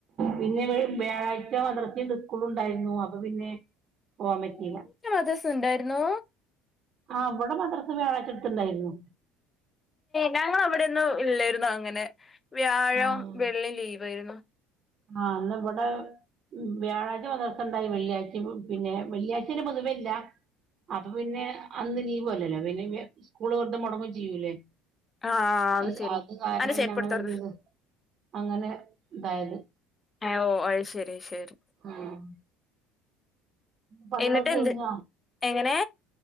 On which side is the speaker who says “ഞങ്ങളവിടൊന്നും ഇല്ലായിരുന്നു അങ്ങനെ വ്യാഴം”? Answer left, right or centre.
Left